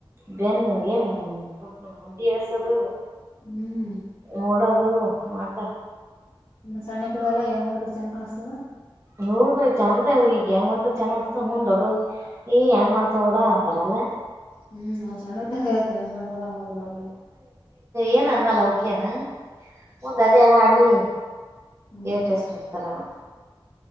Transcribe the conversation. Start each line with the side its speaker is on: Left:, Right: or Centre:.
Right: ಬೆನ್ಂಗಗೆನ್ <unintelligible> ಎಸದು
Left: ಹ್ಮ್
Right: ನೋಡೋದು ಮಾಡತಾ
Left: ಇ ಸಣ್ಣ ಕದಲ್ಲಾ ಹೆಂಗ ಮಾಡಿದ್ರ ಚಂದ ಕಾಣಿಸತದ
Right: ನೋರ ಚಂದ ಈಗ ಹೆಂಗ್ ಮಾಡಿದ್ರ ಚಂದ ಅತ ಮುಂದ್ ದೊಡ್ಡ ಈ ಹೆಂಗ್ ಮಾಡ್ತಾವ ಲ್ಲಾ ಅಂತಾರಲ್ಲ
Left: ಹ್ಮ್ ಸಣ್ಣದ ಜಮ್ಲ್ಲ ಹ
Right: ಏನ ಅನ್ನಲ್ಲ ಓಕೆ ನಾ ಮುಂದ್ ಅದೇ ಮಾಡ್ಲಿ
Left: ಹ್ಮ್
Right: ಟ ಎಸ್ರು ಇಡ್ತಾರಾನ